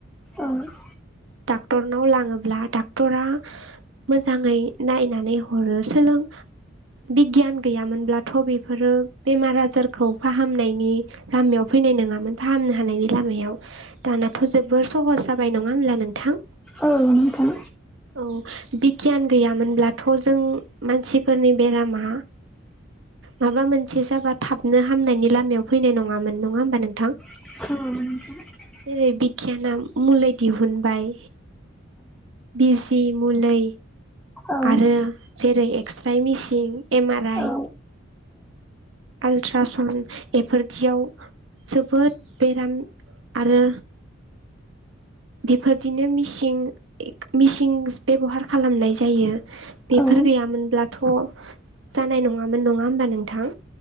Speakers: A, in the centre; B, on the right.
A: ओ <unintelligible>
B: डाक्टरनाव लाङोब्ला डाक्टरा मोजाङै नायनानै हरो सोलों बिगियान गैयामोनब्लाथ' बेफोरो बेमार आजारखौ फाहामनायनि लामायाव फै नाय नङामोन फाहामनो हानायनि लामायाव दानाथ' जोबोर सहस जाबाय नङा होमब्ला नोंथां।
A: औ नोंथां
B: औ बिगियान गैयामोनब्लाथ' जों मानसि फोरनि बेरामा माबा मोनसे जाबा थाबनो हामनायनि लामायाव फैनाय नङामोन नङा होमबा नोंथां।
A: <unintelligible>
B: जेरै बिगियाना मुुलै दिहुनबाय बिजि मुलै
A: औ
B: आरो जेरै एक्स्राय मिसिं एम आर आइ
A: औ
B: आल्ट्राासान्ड बेफोरदियाव जोबोद बेराम आरो बेफोरदिनो मिसिं <unintelligible> मिसिं बेबहार खालामनाय जायो बेफोर
A: औ
B: गैयामोनब्लाथ' जानाय नङामोन नङा होमबा नोंथां।